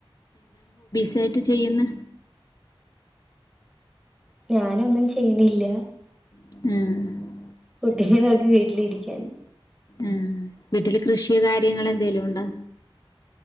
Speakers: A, on the left; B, in the centre.
A: സെറ്റ് ചെയ്യുന്നു
B: ഞാനൊന്നും ചെയ്യണില്ല.
A: ഉം
B: കുട്ടിയെ നോക്കി വീട്ടിലിരിക്കന്
A: ഉം വീട്ടില് കൃഷി കാര്യങ്ങൾ എന്തെലും ഉണ്ടോ?